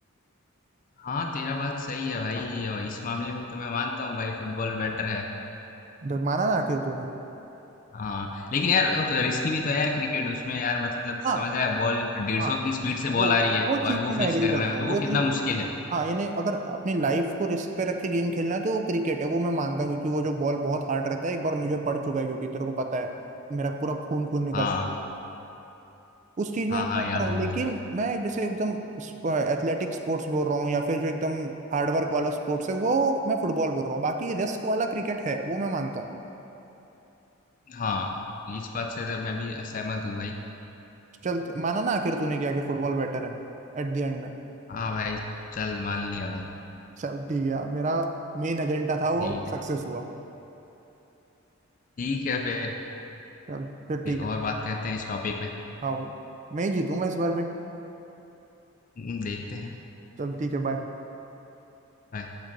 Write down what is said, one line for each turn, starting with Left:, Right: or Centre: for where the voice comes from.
Left: हाँ तेरा बात सही है भाई और इस मामले में तो मैं मानता हूँ भाई फुटबॉल बेटर है
Right: माना ना आखिर तूने
Left: हाँ लेकिन यार वो तो रिस्की भी तो है यार क्रिकेट उसमें यार मतलब
Right: हाँ
Left: समझ रहा है बॉल डेढ़
Right: हाँ
Left: सौ की स्पीड से
Right: वो
Left: बॉल आ रही है
Right: वो
Left: और
Right: चीज
Left: वो
Right: में मैं
Left: फेस
Right: एग्री
Left: करना
Right: करता हूँ
Left: है
Right: वो
Left: वो कितना
Right: चीज
Left: मुश्किल है
Right: हाँ यानी अगर अपनी लाइफ को रिस्क पे रख के गेम खेलना है तो वो क्रिकेट है वो मैं मानता हूँ क्योंकि वो जो बॉल बहुत हार्ड रहता है एक बार मुझे पड़ चुका है जो कि तेरे को पता है मेरा पूरा खून खून निकल
Left: हाँ
Right: गया उस चीज में
Left: हाँ
Right: मैं मानता
Left: हाँ याद
Right: हूँ
Left: है
Right: लेकिन
Left: मुझे
Right: मैं जैसे एकदम एथलेटिक स्पोर्ट्स बोल रहा हूँ या फिर जो एकदम हार्डवर्क वाला स्पोर्ट्स है वो मैं फुटबॉल बोल रहा हूँ बाकी रिस्क वाला क्रिकेट है वो मैं मानता हूँ
Left: हाँ इस बात से तो मैं भी सहमत हूँ भाई
Right: चल माना ना आखिर तूने किया कि आखिर फुटबॉल बेटर है एट द एंड में
Left: हाँ भाई चल मान लिया भाई
Right: चल ठीक है मेरा मेन एजेंडा था
Left: ठीक
Right: वो
Left: है
Right: सक्सेस हुआ
Left: ठीक है फिर
Right: चल फिर
Left: भी
Right: ठीक
Left: और
Right: है
Left: बात करते हैं इस टॉपिक पे
Right: हाँ मैं ही जीतूंगा इस बार भी
Left: हम्म, देखते हैं
Right: चल ठीक है बाय
Left: Bye.